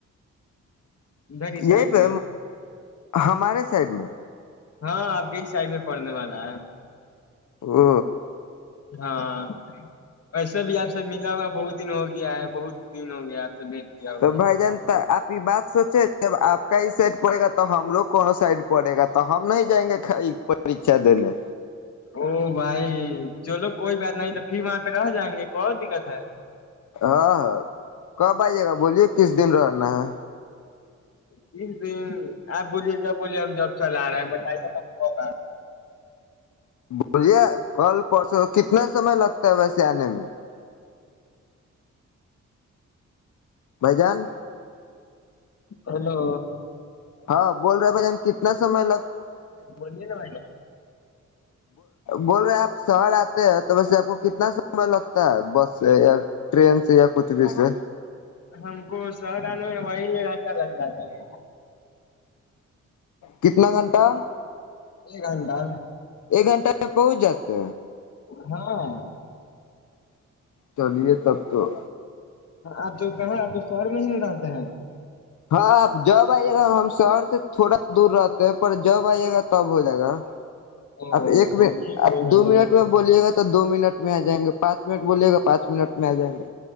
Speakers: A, on the left; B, on the left.
A: ادھر ہی
B: یہی
A: سائڈ
B: پہ
A: میں
B: ہمارے سائڈ میں
A: ہاں آپ کے ہی سائڈ میں پڑھنے والا ہے
B: ہ
A: ہاں ویسا بھی آپ سے ملا ہوا بہت دن ہو گیا ہے بہت دن ہو گیا آپ سے بھیٹ کیا
B: تو
A: ہوا
B: بھائی جانتا آپ کی بات سوچے جب آپ کا ہی سیٹ پڑے گا تو ہم ہم کووں سائڈ پڑے گا تو ہم نہیں جائیں گے چ د نے
A: او بھائی چلو کوئی بات نہیں تو پھر وہاں پہ رہ جائیں گے کو دقت ہے
B: ہاں ہاں کب آئیے گا بولیے کس دن رہنا ہے
A: کس دن آپ بولیے جب بولیے ہم جب چل آ رہے ہیں بتائیے کب کوگا
B: بولیے کل پرسو کتنا سمئے لگتا ہے ویسے آنے میں بھائی جان
A: ہلو
B: ہاں بول رہے ہیں بھائیان کتنا سمے لگ
A: بنے نا مجہ
B: بول رہے آپ شہر آتے ہیں تو ویسے آپ کو کتنا سمئے لگتا ہے بس سے یا ٹرین سے یا کچھ بھی سے
A: ہم کو شہر آنے میں وہی ایک گھنٹہ لگ جاتا ہے
B: کتنا گھنٹہ
A: ایک گ گھنٹا
B: ایک گھنٹہ میں پہنچ جاتا
A: ہاں
B: چلیے تب تو
A: آپ جو کہاںیں آپ جو شہر نہیں ڈاتتے ہیں
B: ہاں آپ جب آئیے گا ہم شہر سے تھوڑا دور رہتے ہیں جب آئیے گا تب ہو جائے گا
A: او
B: آپ ایک
A: چلیے
B: م آپ
A: کوئی بات
B: دو
A: نہیں
B: منٹ
A: آپ
B: میں بولیے گا تو دو منٹ میں آ جائیں گے پانچ منٹ بولیے گا پانچ منٹ میں آ جائیں گے